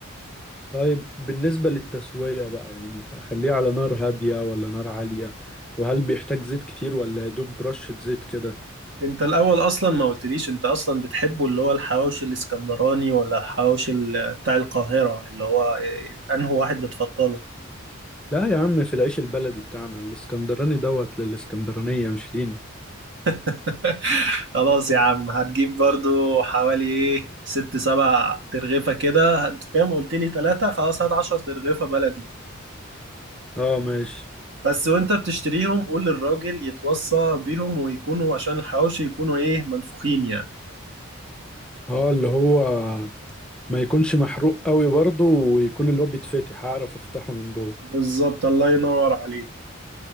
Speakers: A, in the centre; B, on the right.
A: طيب بالنسبة للتسوية بقى يعني اخليها على نار هادية ولا نار عالية وهل بيحتاج زيت كتير ولا يا دوب رشة زيت كده
B: انت الأول أصلا ما قلتليش انت أصلا بتحبه اللي هو الحواوشي الإسكندراني ولا الحواوشي ال- بتاع القاهرة اللي هو إيه، أنهي واحد بتفضله
A: لا يا عم في العيش البلدي بتاعنا الاسكندراني دوت للاسكندرانية مش لينا
B: <laughs> خلاص يا عم هتجيب برضو حوالي ايه ست سبع ترغيفة كده انتوا كام قلت لي تلاتة خلاص هات عشر ترغيفة بلدي
A: اه ماشي
B: بس وانت بتشتريهم قول للراجل يتوصى بيهم ويكونوا عشان الحواوشي يكونوا ايه منفوخين يعني
A: اه اللي هو ما يكونش محروق قوي برضه ويكون اللي هو بيتفتح هعرف افتحه من جوه
B: بالظبط الله ينور عليك